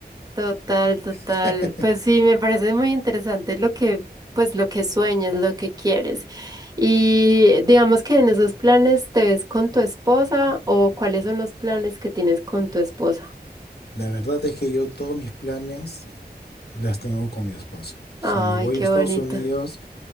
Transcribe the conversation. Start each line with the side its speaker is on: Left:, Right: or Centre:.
Right: Total, total.
Left: <laughs>
Right: Pues sí, me parece muy interesante lo que, pues lo que sueñas, lo que quieres. Y digamos que en esos planes te ves con tu esposa o cuáles son los planes que tienes con tu esposa.
Left: La verdad es que yo todos mis planes las tengo con mi esposo. Si
Right: Ay,
Left: me voy
Right: qué
Left: a Estados
Right: bonito.
Left: Unidos,